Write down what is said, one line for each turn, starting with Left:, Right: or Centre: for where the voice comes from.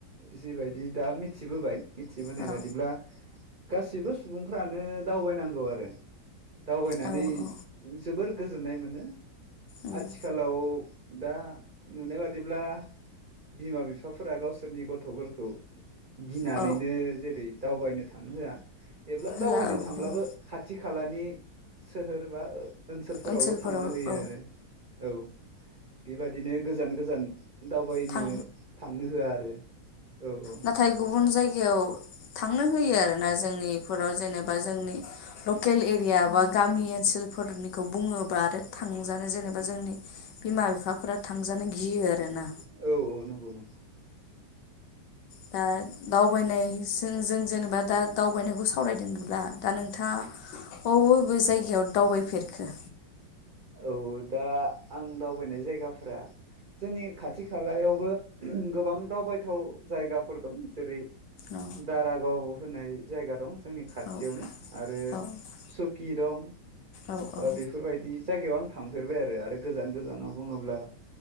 Right: जिबायदि दा मिथिबोबाय, मिथिबोनाय
Left: औ
Right: बादिब्ला, गासिबो सुबुंफ्रानो दावबायनांगौ आरो दावबायनानै
Left: औ औ
Right: जोबोर, गोजोननाय मोनो,
Left: उम
Right: आथिखाल दा नुनाय बादिब्ला बिमा बिफा फोरा गावसोरनि गथ'फोरखौ गिनानैनो
Left: औ
Right: जेरै दावबायनो थांनो होआ। एब्ला
Left: होआ
Right: दावबायनो
Left: औ
Right: थांब्लाबो
Left: होआ
Right: खाथि खा खालानि सोहोर बा ओ ओनसोलफोरावल'
Left: ओनसोलफोराव
Right: थांनो होयो
Left: औ
Right: आरो औ बेबादि बिदिनो गोजान गोजान दावबायनो
Left: थां
Right: थांनो होआ आरो औ औ।
Left: नाथाय गुबुन जायगायाव थांनो होयो आरोना जोंनि बेफोराव जेनेबा जोंनि लकेल एरिया बा गामि ओनसोलफोरनिखौ बुङोबा आरो थांजानो जेनेबा जोंनि बिमा बिफाफोरा थांजानो गियो आरोना?
Right: औ औ नंगौ नंगौ।
Left: दा दावबायनायजों जों जेनेबा दा दावबायनायखौ सावरायदोंब्ला दा नोंथाङा बबे बबे जायगायाव दावबायफेरखो।
Right: औ दा आं दावबायनाय जायगाफ्रा जोंनि खाथि खालायावबो गोबां दावबायथाव जायगाफोर दं जेरै
Left: औ
Right: दारागाव होननाय जायगा दं जोंनि खाथियावनो
Left: औ
Right: आरो
Left: औ
Right: सुख खि दं।
Left: औ
Right: बा
Left: औ।
Right: बेफोरबायदि जायगायाव आं थांफेरबाय आरो आरो गोजान गोजानाव बुङोब्ला